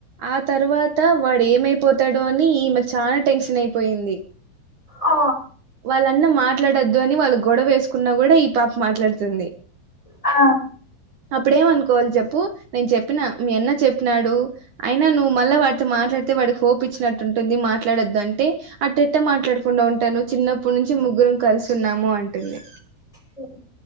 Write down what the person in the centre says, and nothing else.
ఆ
ఆ
మ్